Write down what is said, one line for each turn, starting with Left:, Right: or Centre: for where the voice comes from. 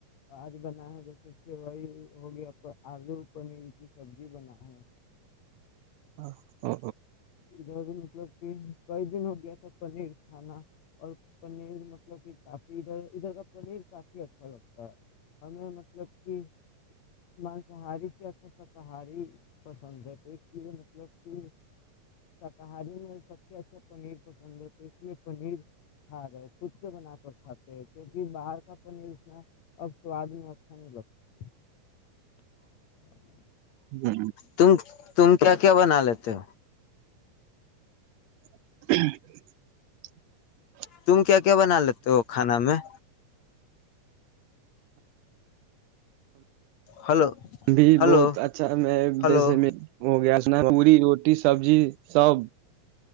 Left: آج بنا ہے جیسے سوئی ہو گیا آلو پنیر کی سبزی بن ہے
Right: ہاں ا
Left: ادھر مطلب کہ کئی دن ہو گیا تھا پنیر کھانا اور پنیر مطلب کہ کافی ادھر ادھر کا پنیر کافی اچھا لگتا ہے ہمیں مطلب کہ مانساہاری سے اچھا شاکاری پسند ہے تو اس لیے مطلب کہ شاکاہاری سب سے اچے پنیر پ یہ پنیر کھا رہے خود سے بنا کر کھاتے ہیں کیونکہ باہر کا پنیر اتنا اب سواد میں اچھا نہیں لگتا
Right: ہ
Left: تم تم کیا کیا بناے ا تو
Right: <inaudible>
Left: تم کیا کیا بنا لیتے ہو کھانا میں ہلو
Right: بھی
Left: ہلو
Right: بہت اچھا میں
Left: ہلو
Right: جیسے میں ہو گیا اس ن پوری روٹی سبزی سب